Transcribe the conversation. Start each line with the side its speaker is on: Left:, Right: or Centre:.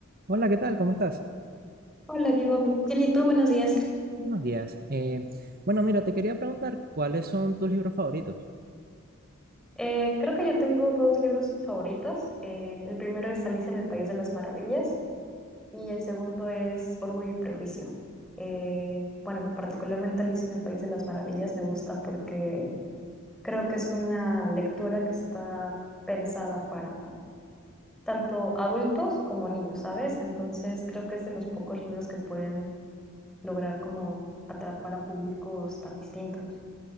Right: Hola, ¿qué tal? ¿Cómo estás?
Centre: Hola Diego, bien y tú, buenos días.
Right: Buenos días. Eh, bueno, mira, te quería preguntar cuáles son tus libros favoritos.
Centre: Eh, creo que yo tengo dos libros favoritos. Eh, el primero es Alicia en el País de las Maravillas y el segundo es Orgullo y Prejuicio. Eh, bueno, particularmente Alicia en el País de las Maravillas me gusta porque creo que es una lectura que está pensada para tanto adultos como niños, ¿sabes? Entonces creo que es de los pocos libros que pueden lograr como atrapar a públicos tan distintos.